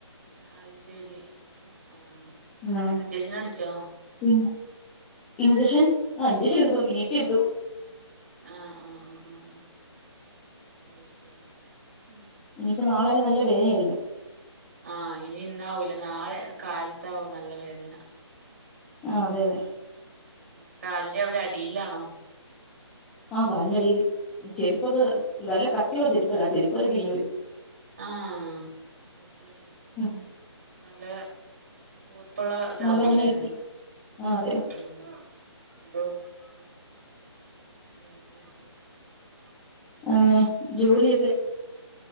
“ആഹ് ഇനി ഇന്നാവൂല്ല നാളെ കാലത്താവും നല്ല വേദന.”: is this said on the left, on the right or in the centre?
Right